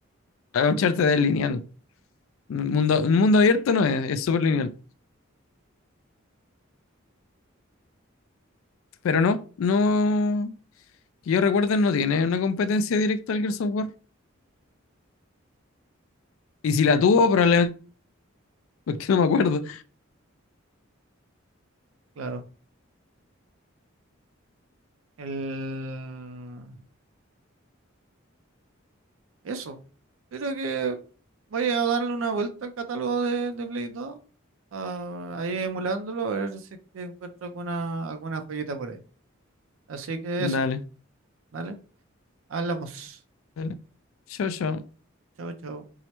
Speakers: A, on the left (about 75°); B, on the right (about 75°).
A: Uncharted es lineal. Un mundo, un mundo abierto no es, es súper lineal. Pero no, no... Que yo recuerdo no tiene una competencia directa al Gears of War. Y si la tuvo, probablemente... <laughs> Porque no me acuerdo.
B: <laughs> claro. El. Eso. Creo que voy a darle una vuelta al catálogo de, de Play dos ah, ahí emulándolo, a ver si es que encuentro alguna, alguna joyita por ahí. Así que
A: Dale,
B: eso, ¿vale? Hablamos.
A: dale. Yo, yo.
B: Chao, chao.